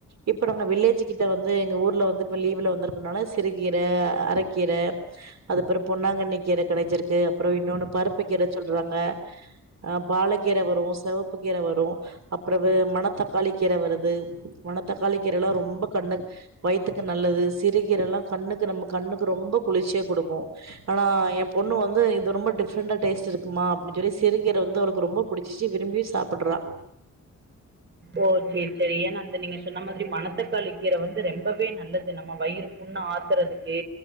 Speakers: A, on the right (about 60°); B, on the right (about 35°).
A: இப்ப நாங்க வில்லேஜ் கிட்ட வந்து எங்க ஊர்ல வந்து இப்ப லீவ்ல வந்திருக்கோனால சிறுகீர அரைக்கீர அதுப்பறம் பொன்னாங்கண்ணி கீர கெடைச்சிருக்கு அப்பறம் இன்னொன்னு பருப்பு கீர சொல்றாங்க ஆஹ் பாலக்கீர வரும் செவப்பு கீர வரும் அப்பறம் மணத்தக்காளி கீர வருது மணத்த தக்காளி கீர எல்லாம் ரொம்ப கண்ணு வயிறத்துக்கு நல்லது சிறுகீர எல்லாம் கண்ணுக்கு நம்ம கண்ணுக்கு ரொம்ப குளிச்சியே கொடுக்கும் ஆனா என் பொண்ணு வந்து இது ரொம்ப டிஃப்ரெண்டா டேஸ்ட் இருக்குமா அப்டின்னு சொல்லி சிறுகீர வந்து அவளுக்கு ரொம்ப குடிச்சிச்சு விரும்பி சாப்படுறா
B: ஓ செரி செரி ஏன்னா அந்த நீங்க சொன்ன மாரி மனத்தக்காளி கீர வந்து ரொம்பவே நல்லது நம்ம வயிறு புண்ணு ஆத்துறதுக்கு